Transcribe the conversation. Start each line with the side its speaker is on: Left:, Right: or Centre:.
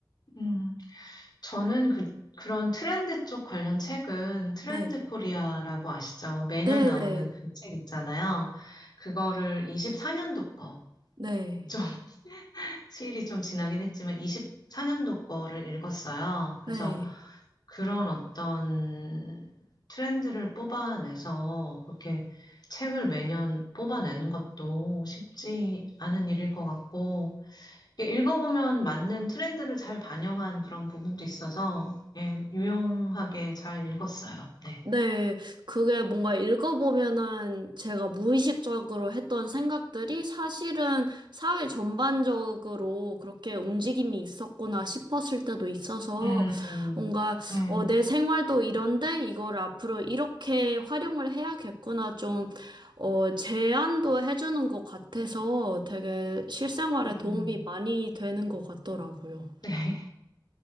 Left: 음. 저는 그, 그런 트렌드 쪽 관련 책은 트렌드
Right: 네,
Left: 코리아라고 아시죠? 매년
Right: 네,
Left: 나오는
Right: 네,
Left: 그 책 있잖아요. 그거를 24년도 거,
Right: 네,
Left: 좀, <laughs> 시일이 좀 지나긴 했지만 24년도 거를 읽었어요. 그래서
Right: 네.
Left: 그런 어떤 트렌드를 뽑아내서 그렇게 책을 매년 뽑아내는 것도 쉽지 않은 일일 것 같고, 이게 읽어보면 맞는 트렌드를 잘 반영한 그런 부분도 있어서, 예, 유용하게 잘 읽었어요. 네.
Right: 네, 그게 뭔가 읽어보면은 제가 무의식적으로 했던 생각들이 사실은 사회 전반적으로 그렇게 움직임이 있었구나 싶었을 때도 있어서
Left: 음,
Right: 뭔가
Left: 음,
Right: 어, 내 생활도 이런데 이걸 앞으로 이렇게 활용을 해야겠구나 좀 어, 제안도 해주는 것 같아서 되게 실생활에
Left: 음.
Right: 도움이 많이 되는 것 같더라고요.
Left: 네. <laughs>